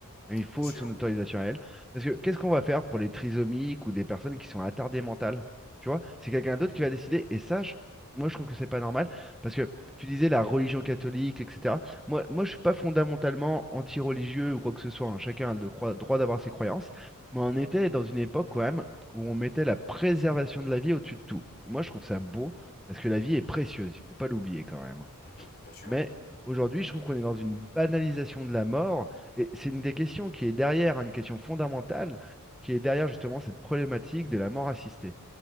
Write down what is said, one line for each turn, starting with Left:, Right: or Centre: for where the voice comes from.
Centre: Et Il faut
Left: Bien sûr.
Centre: son autorisation à elle. Parce que qu'est-ce
Left: Ouais.
Centre: qu'on va faire pour les trisomiques ou des personnes qui sont attardées mentales? Tu vois, c'est quelqu'un d'autre qui va décider. Et ça, je- moi, je trouve que c'est pas normal. Parce que tu disais la religion catholique, etc. Moi, moi je suis pas fondamentalement anti-religieux ou quoi que ce soit. hein. Chacun a le croi- droit d'avoir ses croyances. Mais on
Left: Mhm,
Centre: était dans une époque, quand même, où on mettait la préservation de la vie au-dessus de tout. Moi, je trouve ça beau parce que la vie est précieuse. Il faut pas l'oublier, quand même. hein.
Left: mhm, bien sûr.
Centre: Mais aujourd'hui, je trouve qu'on est dans une banalisation de la mort. Et c'est une des questions qui est derrière, hein, une question fondamentale, qui est derrière justement cette problématique de la mort assistée.